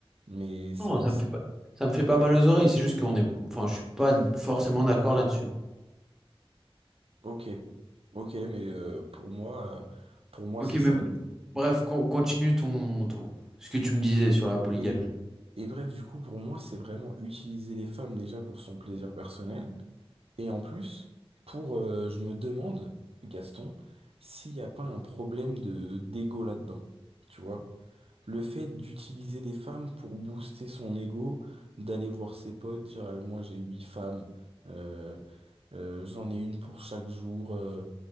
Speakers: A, on the right; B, in the centre.
A: mais c'est,
B: Non, ça
A: c'est,
B: me fait pas, ça me fait pas mal aux oreilles. C'est juste qu'on est, enfin, je suis pas forcément d'accord là-dessus.
A: ok, ok, mais euh, pour moi, euh, pour moi
B: Ok,
A: c'est
B: mais
A: ça.
B: bref, con- continue ton, ton- ce que tu me disais sur la polygamie.
A: Et, Et bref, du coup, pour moi, c'est vraiment utiliser les femmes déjà pour son plaisir personnel. Et en plus, pour, euh, je me demande, Gaston, s'il n'y a pas un problème de d'ego là-dedans. Tu vois? Le fait d'utiliser des femmes pour booster son ego, d'aller voir ses potes, dire, Ah, moi j'ai huit femmes, euh, euh, j'en ai une pour chaque jour, euh,